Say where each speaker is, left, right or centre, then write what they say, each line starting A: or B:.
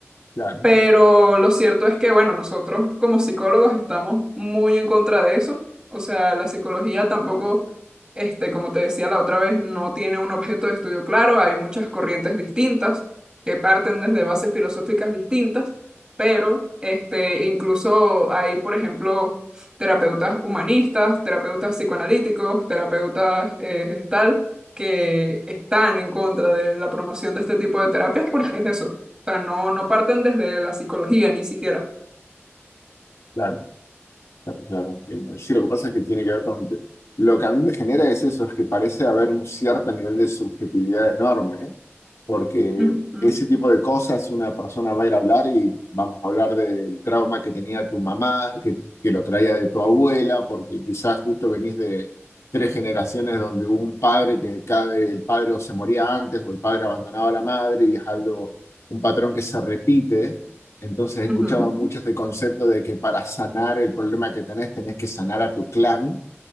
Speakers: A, on the left; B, on the right.
A: Claro,
B: Pero lo cierto es que, bueno, nosotros como psicólogos estamos muy en contra de eso. O sea, la psicología tampoco, este, como te decía la otra vez, no tiene un objeto de estudio claro. Hay muchas corrientes distintas que parten desde bases filosóficas distintas, pero este, incluso hay, por ejemplo, terapeutas humanistas, terapeutas psicoanalíticos, terapeutas eh, gestal, que están en contra de la promoción de este tipo de terapias porque es eso sea, no, no parten desde la psicología ni siquiera.
A: claro, claro, claro, entiendo. Sí, lo que pasa es que tiene que ver con... Lo que a mí me genera es eso, es que parece haber un cierto nivel de subjetividad enorme porque
B: Ujú,
A: ese tipo de cosas una persona va a ir a hablar y vamos a hablar del trauma que tenía tu mamá, que, que lo traía de tu abuela, porque quizás justo venís de tres generaciones donde hubo un padre que cada vez el padre o se moría antes o el padre abandonaba a la madre y es algo, un patrón que se repite. Entonces he escuchado
B: ujú.
A: mucho este concepto de que para sanar el problema que tenés, tenés que sanar a tu clan.